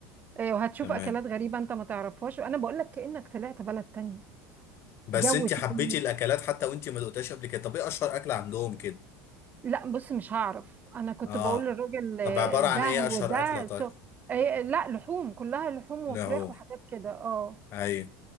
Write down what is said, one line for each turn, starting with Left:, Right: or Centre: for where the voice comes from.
Right: آه، وهتشوف
Left: تمام
Right: اكلات غريبه انت ما تعرفهاش وانا بقول لك كانك طلعت بلد تانية
Left: بس
Right: جو
Left: انت
Right: تاني
Left: حبيتي الاكلات حتى وانت ما دقتهاش قبل كده طب ايه اشهر اكل عندهم كده
Right: لا بص مش هعرف انا كنت
Left: اه
Right: بقول للراجل
Left: طب
Right: آه،
Left: عبارة
Right: ده
Left: عن ايه
Right: وده
Left: اشهر اكلة طيب
Right: سو آه، لا لحوم كلها لحوم
Left: لا
Right: وفراخ
Left: هو
Right: وحاجات كده اه
Left: ايوه